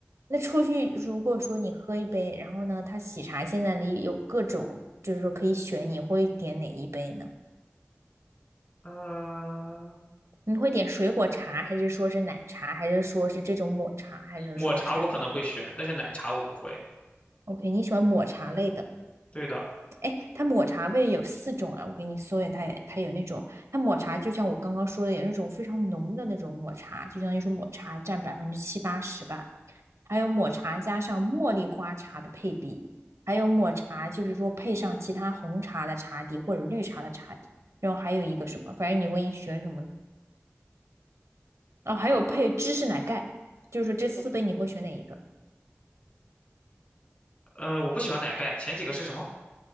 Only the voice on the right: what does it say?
那出去如果说你喝一杯，然后呢，他喜茶现在里有各种，就是说可以选，你会点哪一杯呢？
你会点水果茶，还是说是奶茶，还是说是这种抹茶，还是说是
OK？你喜欢抹茶类的？
哎，它抹茶味有四种啊，我给你搜一下，它也它有那种，它抹茶就像我刚刚说的，有那种非常浓的那种抹茶，就相当于说抹茶占百分之七八十吧。还有抹茶加上茉莉花茶的配比，还有抹茶就是说配上其他红茶的茶底或者绿茶的茶底，然后还有一个什么，反正你会选什么呢？哦，还有配芝士奶盖，
就是说这四杯你会选哪一个？